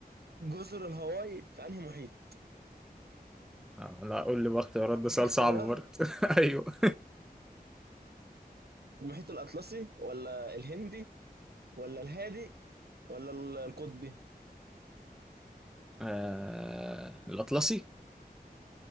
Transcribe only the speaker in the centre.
آه، لا قول لي بقى اختيارات ده
سؤال
صعب برضه <laughs> ايوه <laughs>
آه... الأطلسي